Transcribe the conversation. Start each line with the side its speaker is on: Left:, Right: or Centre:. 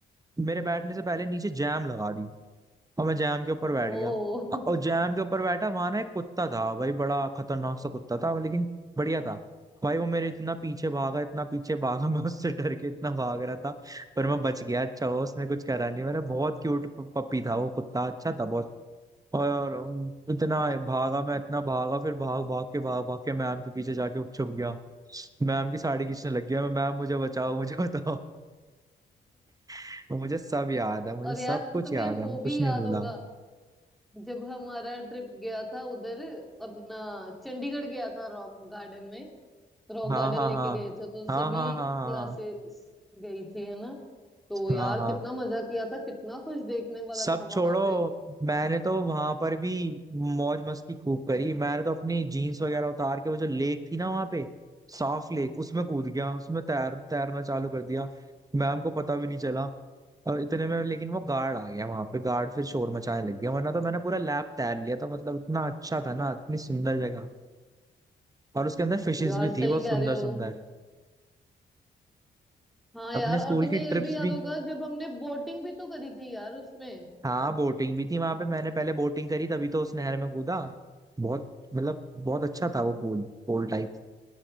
Right: मेरे बैठने से पहले नीचे जैम लगा दी और मैं जैम के ऊपर बैठ
Centre: ओ
Right: गया और जैम के ऊपर बैठा वहां ना एक कुत्ता था भाई बड़ा खतरनाक सा कुत्ता था लेकिन बढ़िया था भाई वो मेरे इतना पीछे भागा इतना पीछे भागा <laughs> मैं उससे डर के इतना भाग रहा था पर मैं बच गया अच्छा हो उसने कुछ करा नहीं मैंने बहुत क्यूट पपी था वो कुत्ता अच्छा था बहुत और अम, इतना भागा मैं
Centre: <laughs>
Right: इतना भागा फिर भाग भाग के भाग भाग के मैम के पीछे जाके छुप गया मैम की साड़ी खींचने लग गया मैं मैम मुझे बचाओ मुझे बताओ <laughs> मुझे सब याद है मुझे
Centre: और यार
Right: सब कुछ
Centre: तुम्हें
Right: याद
Centre: वो
Right: है मैं कुछ
Centre: भी याद
Right: नहीं भूला
Centre: होगा जब हमारा ट्रिप गया था उधर अपना चंडीगढ़ गया था रॉक गार्डन में रॉक
Right: हाँ
Centre: गार्डन
Right: हाँ
Centre: लेके
Right: हाँ
Centre: गए थे तो
Right: हाँ
Centre: सभी
Right: हाँ हाँ
Centre: क्लासेस
Right: हाँ
Centre: गई थी है ना तो यार
Right: हाँ हाँ हाँ
Centre: कितना मजा किया था कितना कुछ देखने वाला
Right: सब
Centre: था
Right: छोड़ो
Centre: वहां पे
Right: मैंने तो वहां पर भी मौज मस्ती खूब करी मैंने तो अपनी जीन्स वगैरह उतार के वो जो लेक थी ना वहां पे साफ लेक उसमें कूद गया उसमें तैर तैरना चालू कर दिया मैम को पता भी नहीं चला और इतने में लेकिन वो गार्ड आ गया वहां पे गार्ड फिर शोर मचाने लग गया वरना तो मैंने पूरा लैब तैर लिया था मतलब इतना अच्छा था ना इतनी सुंदर जगह और उसके अंदर फिशेस
Centre: यार
Right: भी
Centre: सही
Right: थी बहुत
Centre: कह
Right: सुंदर
Centre: रहे हो
Right: सुंदर
Centre: हाँ यार
Right: अपने स्कूल
Centre: और तुम्हें
Right: की ट्रिप्स
Centre: ये भी याद
Right: भी
Centre: होगा जब हमने बोटिंग भी तो करी थी यार उसमें
Right: हाँ बोटिंग भी थी वहां पे मैंने पहले बोटिंग करी तभी तो उस नहर में कूदा बहुत मतलब बहुत अच्छा था
Centre: हम्म।
Right: वो पूल पूल टाइप